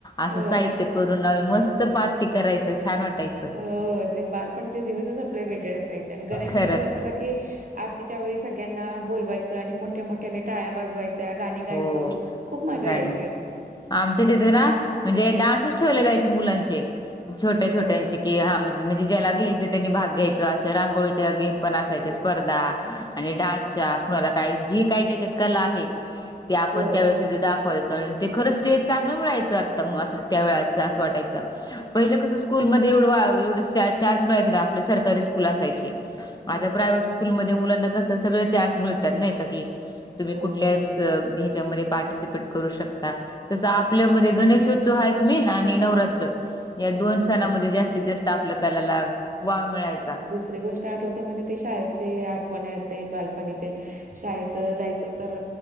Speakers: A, on the left (about 25°); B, on the right (about 50°).
A: असं
B: हो
A: साहित्य करून आम्ही मस्त पार्टी करायचो छान वाटायचं
B: हो ते बालपणाच्या दिवस आपले वेगळे असयचे आणि गणेशोत्सव
A: खरंच
B: अस लाकी आरतीच्या वेळी सगळ्यांना बोलवायच, आणि मोठ्या मोठ्या टाळ्या वाजवायच च्या गाणी
A: हो
B: गायचो खूप मजा
A: गाणी
B: यायची.
A: गायच आमच्या तिथे ना म्हणजे, डान्सच ठेवले जायचे मुलांचे छोट्या
B: हो,
A: छोट्यांचे. कि हा म्हणजे म्हणजे ज्याला घ्यायचं त्यांनी भाग घ्यायच अशे रांगोळीच्या गेम पण असायच्या स्पर्धा. आणि डान्सच्या कुणाला काही जी काही ज्याच्यात कला आहे. ते आपण
B: हो,
A: त्या ववेळेस दाख ते खरं स्टेच चांगलं मिळायचं आता त्या वच असं वाटयचं पहिलं कसं स्कूल मधे एवढ एवढ चान्स मिळाय ना, आपल्या सरकारी स्कूल असायचे
B: हो,
A: आता प्रायवट स्ल म मुलाना कस सगळ चान्स मिळतात नाही का की तुम्ही
B: हो,
A: कुठल्या
B: बरोबर.
A: ह्याच्यामध्ये पार्टिसिपेट करू शकता. तस आपल्यामध्ये गणेशोत्सव आहे मेन आणि नवरात्र. या दोन सणामध्ये
B: हो,
A: जास्तीत जास्त आपल्या कलाला वाव मिळायचा.
B: दुस री गोष्ट आठवते म्हणजे ते शाळेची आठवण येते बालपणीचे. शाळेत जायचो तर,